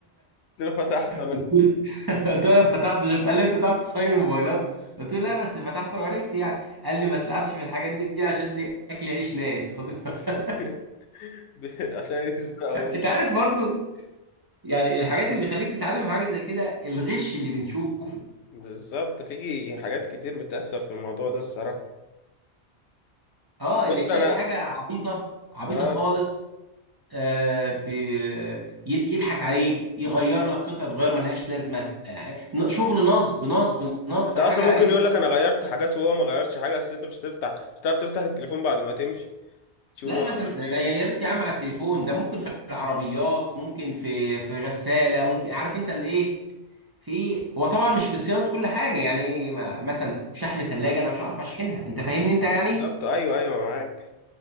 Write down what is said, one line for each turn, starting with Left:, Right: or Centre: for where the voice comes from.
Left: له <laughs> فتحت انا
Right: قلت له انا فتحته شفت قال لي انت تعرف تصين موبايلات قلت له لا بس فتحته وعرفت يعني قال لي ما تلعبش في الحاجات دي, دي عشان دي اكل عيش ناس خد
Left: <laughs>
Right: <laughs>
Left: عشان يرزقهم
Right: انت عارف برضو يعني الحاجات اللي بيخليك تتعلم حاجه زي كده الغش اللي بنشوفه
Left: بالظبط في حاجات كتير بتحصل في الموضوع ده الصراحة
Right: اه
Left: بص
Right: ان تلاقي
Left: انا
Right: الحاجه عبيطه عبيطه
Left: اه
Right: خالص آه ب... يت- يضحك عليك يغير لك قطعه غير ملهاش لازمه آه، شغل نصب نصب نصب
Left: انت
Right: حاجه
Left: اصلا ممكن
Right: قله
Left: يقول لك انا غيرت حاجات وهو ما غيرش حاجة بس انت مش هتفتح مش هتعرف تفتح التليفون بعد ما تمشي تشوفه
Right: لا ما انت
Left: عمل
Right: مش- ده,
Left: فيه
Right: ده
Left: إيه.
Right: يا ريت يا عم على التليفون ده ممكن في العربيات ممكن في في غساله ممكن عارف انت الايه في هو طبعا مش في صيانه كل حاجه يعني ايه ما- مثلا شحن ثلاجه انا مش عارف اشحنها انت فاهمني انت يعني
Left: بالظبط ايوه ايوه معاك